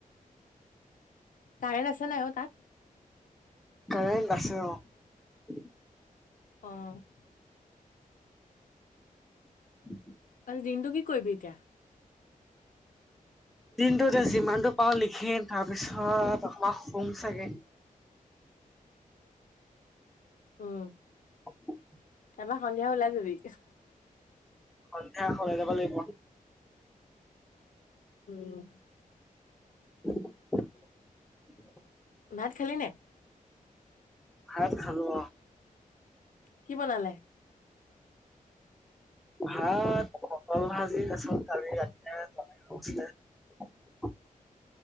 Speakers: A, on the left; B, in the centre.
A: কাৰেণ্ট আছে নাই অ' তাত?
B: কাৰেণ্ট আছে, অ'।
A: অ'
B: <inaudible>
A: আৰু দিনটো কি কৰিবি এতিয়া?
B: দিনটোত যিমানটো পাওঁ লিখিম, তাৰপিছত অকমান শুভ চাগে
A: উম
B: <inaudible>
A: তাৰপা সন্ধিয়া ওলাই যাবি?
B: সন্ধিয়া ওলাই যাব লাগিব।
A: উম
B: <inaudible>
A: ভাত খালি নাই?
B: ভাত খালোঁ অ।
A: কি বনালে?
B: ভাত পটল ভাজি, তাছত কালি ৰাতিৰে তৰকাৰী অকন আছিলে